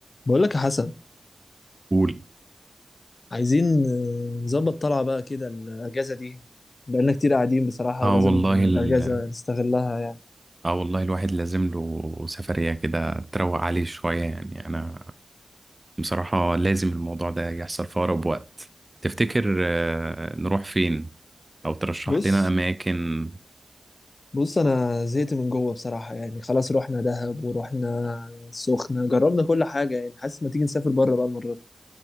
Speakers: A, on the left; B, on the right.
A: بقول لك يا حسن
B: قول
A: عايزين آه، نظبط طلعة بقى كده الأجازة دي بقالنا كتير قاعدين بصراحة
B: اه
A: ولازم
B: والله
A: آه،
B: ال...
A: الأجازة نستغلها يعني
B: اه والله الواحد لازم له سفرية كده تروق عليه شوية يعني انا بصراحة لازم الموضوع ده يحصل في اقرب وقت تفتكر آه، نروح فين او ترشح
A: بص
B: لنا اماكن
A: بص أنا زهقت من جوه بصراحة يعني خلاص رحنا دهب ورحنا السخنة جربنا كل حاجة يعني حاسس ما تيجي نسافر بره بقى المرة دي